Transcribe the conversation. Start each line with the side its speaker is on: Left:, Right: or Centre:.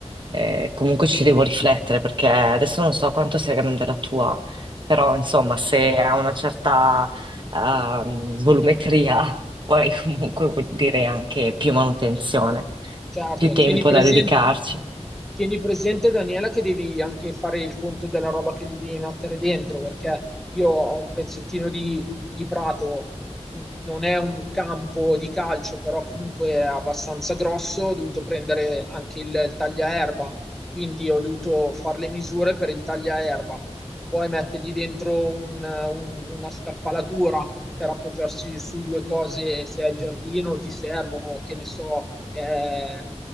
Right: Eh, comunque ci devo riflettere perché adesso non so quanto sia grande la tua, però insomma, se ha una certa ehm, volumetria, <laughs> poi comunque vuol dire anche più manutenzione,
Centre: Certo,
Right: più tempo
Centre: tieni presente,
Right: da dedicarci.
Centre: tieni presente, Daniela, che devi anche fare il conto della roba che gli devi mettere dentro, perché io ho un pezzettino di, di prato, n- non è un campo di calcio, però comunque è abbastanza grosso, ho dovuto prendere anche il, il tagliaerba, quindi ho dovuto fare le misure per il tagliaerba. Vuoi mettergli dentro un- un- una scaffalatura per appoggiarsi su due cose, se è il giardino ti servono, che ne so, eh,